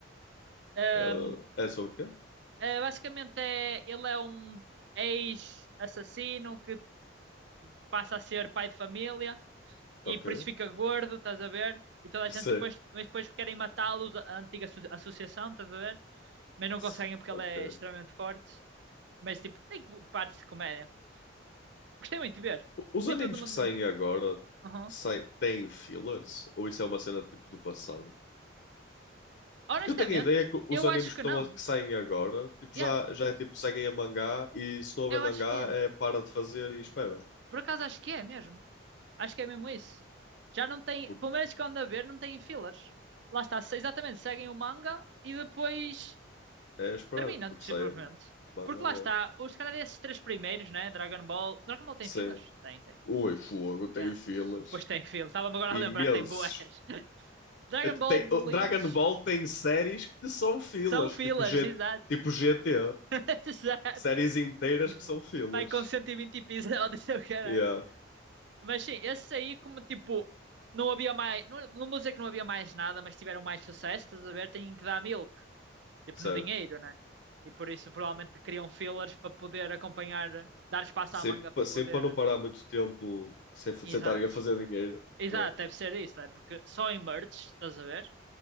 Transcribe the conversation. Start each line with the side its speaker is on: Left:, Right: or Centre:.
Right: Ahm,
Left: ah, é sobre quê?
Right: ah, basicamente, é, ele é um ex-assassino que passa a ser pai de família e
Left: Ok.
Right: por
Left: <laughs>
Right: isso fica gordo, estás a ver? E toda a gente
Left: sim,
Right: depois, mas depois querem matá-lo, a antiga asso- associação, estás a ver? Mas não
Left: S-
Right: conseguem porque
Left: Ok.
Right: ele é extremamente forte. Mas tipo, tem partes de comédia. Gostei muito de ver.
Left: O- Os
Right: Vi
Left: animes
Right: tudo no
Left: que
Right: mundo.
Left: saem agora
Right: Uhum.
Left: saem, têm fillers? Ou isso é uma cena tipo do passado?
Right: Honestamente,
Left: Porque eu tenho a ideia que os
Right: eu
Left: animes
Right: acho que
Left: que, estão
Right: não.
Left: a- que saem agora tipo,
Right: Yeah,
Left: já, já é tipo seguem a mangá e se não houver
Right: eu
Left: mangá
Right: acho que é.
Left: é para de fazer e espera.
Right: Por acaso acho que é mesmo. Acho que é mesmo isso. Já não tem,
Left: Por-
Right: pelo menos que eu ando a ver, não tem fillers. Lá está, se- exatamente, seguem o manga e depois
Left: É esperar,
Right: terminam
Left: porque
Right: simplesmente.
Left: saia manga,
Right: Porque
Left: yeah.
Right: lá está, os, se calhar esses três primeiros, né? Dragon Ball. Dragon Ball tem
Left: Sim.
Right: fillers? Tem, tem.
Left: Ui, fogo, tem
Right: É.
Left: fillers
Right: Depois tem fillers. Estava-me agora
Left: imensos.
Right: a lembrar, tem boas. <laughs> Dragon
Left: Até
Right: Ball Bleach.
Left: Tem, o Dragon Ball tem séries que são fillers,
Right: São fillers,
Left: tipo, G,
Right: exato.
Left: tipo GT,
Right: <laughs> Exato.
Left: séries inteiras
Right: Uhum.
Left: que são fillers.
Right: Vai com 120 episódios, eu caralho.
Left: Yeah,
Right: Mas sim, esse aí, como tipo, não havia mais. Não, não vou dizer que não havia mais nada, mas tiveram mais sucesso, estás a ver? Têm que dar milk, tipo,
Left: certo.
Right: no dinheiro, né? E por isso provavelmente criam fillers para poder acompanhar, dar espaço
Left: Sempre,
Right: à manga para
Left: pa- sempre
Right: poder.
Left: para não parar muito tempo sem fa-
Right: Exato.
Left: sem estarem a fazer dinheiro.
Right: Exato,
Left: Yeah.
Right: deve ser isso, é? Porque só em merch, estás a ver?